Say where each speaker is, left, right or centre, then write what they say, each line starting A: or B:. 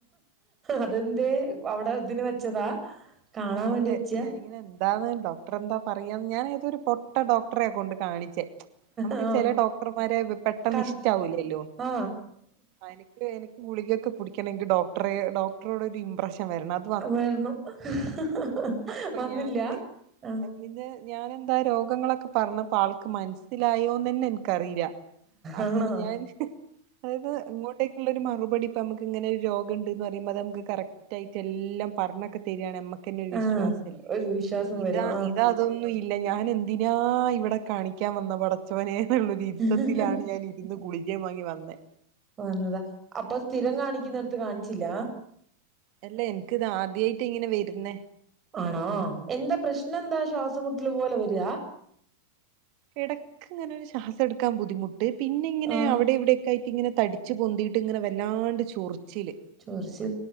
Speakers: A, on the right; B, on the right.
A: അതെന്തെ അവിടെ ഇതിന് വെച്ചതാ കാണാൻ
B: അതെ
A: വേണ്ടി വെച്ചയാ
B: ഞാനിങ്ങനെ എന്താന്ന് ഡോക്ടറെന്താ പറയാന്ന് ഞാൻ ഏതൊരു പൊട്ട ഡോക്ടറെ കൊണ്ട് കാണിച്ചേ നമുക്ക്
A: ആ
B: ചെല ഡോക്ടർമാരെ വെ പെട്ടെന്ന്
A: ക
B: ഇഷ്ടാവൂലല്ലോ
A: ആ
B: അനക്ക് എന ഗുളിക്യക്കെ പുടിക്കണെങ്കി ഡോക്ടറെ ഡോക്ടറോടൊരു ഇമ്പ്രഷൻ വരണം അ
A: ആഹ് വര്ണം ഹ് ഹ് ഹ് ഹ
B: അപ്പൊ
A: വന്നില്ല
B: ഞാനിങ്ങനെ
A: ആ
B: പിന്നെ ഞാനെന്താ രോഗങ്ങളൊക്കെ പറഞ്ഞപ്പോ ആൾക്ക് മനസ്സിലായോന്നെന്നെ ന്ക്കറീല്ല അങ്ങനെ
A: ആണോ
B: ഞാൻ ഹ് അത് ഇങ്ങോ ട്ടേക്കുള്ള ഒരു മറുപടി പ്പം നമ്മക്ക് ഇങ്ങനെ ഒരു രോഗണ്ട്ന്ന് പറിമ്പം അത് മ്മക്ക് കറക് റ്റായിട്ടെ ല്ലം പറഞ്ഞൊക്കെ തരാണ് മ്മക്കെന്നെ ഒരു
A: ആ
B: വിശ്വാസല്ലേ
A: ഒരു വിശ്വാസം
B: ഇതാ
A: വരും
B: ഇതാ അതൊന്നും ഇല്ല ഞാൻ എന്തിനാ ഇവടെ കാണിക്കാൻ വന്ന പടെ ച്ചോനേ ഹ് ന്ന്ള്ള ഒരു
A: ആ
B: ഇര്ത്തത്തിലാണ് ഞാൻ ഇര്ന്ന് ഗുളികേം വാങ്ങി വന്നെ
A: പ്പം വന്നതാ അപ്പൊ സ്ഥിരം കാണിക്ക്‌ന്നേട്‌ത്ത് കാണിച്ചില്ല
B: എല്ല എൻക്ക് ത് ആദ്യായിറ്റാ ഇങ്ങനെ വര്ന്നെ
A: ആണോ എന്താ പ്രശ്നം എന്താ ശ്വാസമുട്ടല് പോലെ വര
B: എടക്ക് ഇങ്ങനൊരു ശ്വാസട്ക്കാം ബുദ്ധിമുട്ട് പിന്നെ ഇങ്ങനെ
A: ആഹ്
B: അവിടെ ഇവിടെ ഒക്കായി ഇങ്ങനെ തടിച്ച് പൊന്തിയിട്ട് ഇങ്ങനെ വല്ലാണ്ട് ചൊറിച്ചില്
A: ചൊർച്ചിൽ